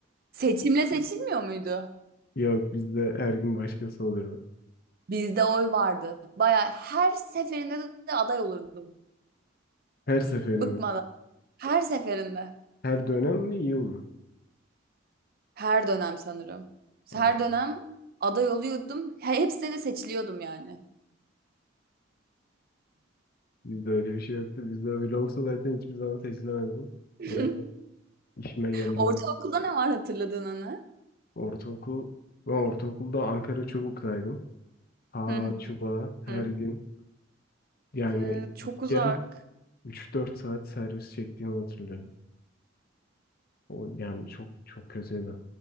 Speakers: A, on the right; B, on the left.
A: Seçimle seçilmiyor muydu?
B: Yok bizde her gün başkası oluyordu.
A: Bizde oy vardı. Baya her seferinde de aday olurdum.
B: Her seferinde.
A: Bıkmadan. Her seferinde.
B: Her dönem mi yıl mı?
A: Her dönem sanırım. Her
B: Aa,
A: dönem aday oluyordum. He- Hepsine de seçiliyordum yani.
B: bizde öyle bir şey yoktu. Bizde öyle olsa zaten hiçbir zaman seçilemezdim.
A: <laughs>
B: O yüzden işime geldi.
A: Ortaokulda ne var hatırladığın anı?
B: Ortaokul. Ben ortaokulda Ankara Çubuk'taydım. Ha
A: Hı
B: çubuğa her
A: hı.
B: gün. Yani
A: Evet, çok
B: git
A: uzak.
B: gel üç dört saat servis çektiğimi hatırlıyorum. O, yani çok çok kötüydü.